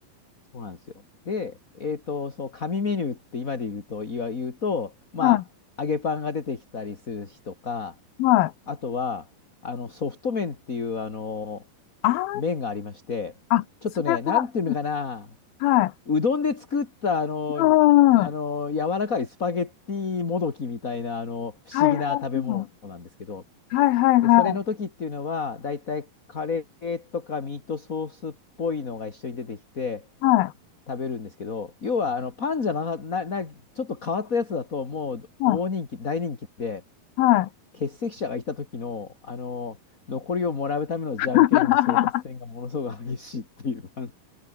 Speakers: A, on the left; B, on the left.
A: そうなんですよ。で、えっと、そう、紙メニューって今で言うと、いわ言うと、まあ、
B: は
A: 揚げパンが出てきたりする日とか、
B: い。はい。
A: あとは、あの、ソフト麺っていう、あの、
B: あー、
A: 麺がありまして、
B: あ、
A: ちょっとね、
B: それは、
A: なんていうのかな、
B: はい。
A: うどんで作ったあの、
B: う
A: あの、
B: ん。
A: 柔らかいスパゲッティもどきみたいな、あの、不思議な食べ物なんですけど、
B: はいはいはい。はいはいはい。
A: で、それの時っていうのは、だいたいカレーとかミートソースっぽいのが一緒に出てきて
B: はい
A: 食べるんですけど、要はあのパンじゃな、な、な、ちょっと変わったやつだと、もう大人気、
B: は
A: 大人気で、
B: いはい。
A: 欠席者がいた時の、あの、残りをもらうためのじゃんけんの争奪戦がものすごく激しいっていう、
B: <laughs>
A: あ